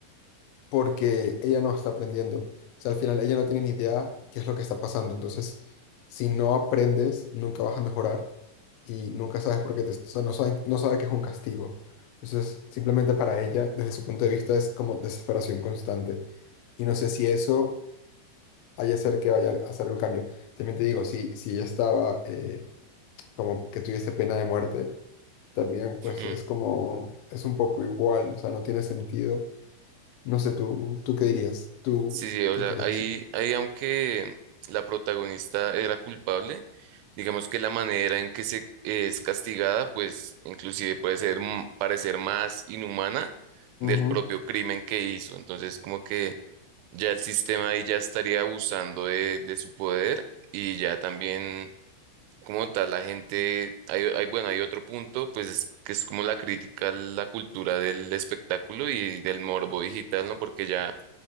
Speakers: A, on the left (about 85°); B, on the right (about 85°).
A: porque ella no está aprendiendo. O sea, al final ella no tiene ni idea qué es lo que está pasando. Entonces, si no aprendes, nunca vas a mejorar y nunca sabes por qué te, o sea, no saben, no sabe que es un castigo. Entonces, simplemente para ella, desde su punto de vista, es como desesperación constante. Y no sé si eso haya ser que vaya a hacer un cambio. También te digo, si, si ella estaba eh, como que tuviese pena de muerte, también pues
B: Mm.
A: es como, es un poco igual, o sea, no tiene sentido no sé, ¿tú, tú qué dirías? ¿Tú,
B: Sí, sí, o
A: tú
B: sea,
A: qué crees?
B: ahí, ahí aunque la protagonista era culpable, digamos que la manera en que se es castigada, pues inclusive puede ser m- parecer más inhumana del
A: Ujú.
B: propio crimen que hizo. Entonces, como que ya el sistema ahí ya estaría abusando de, de su poder y ya también como tal la gente, hay, hay- bueno, hay otro punto, pues es que es como la crítica a la cultura del espectáculo y del morbo digital, ¿no? Porque ya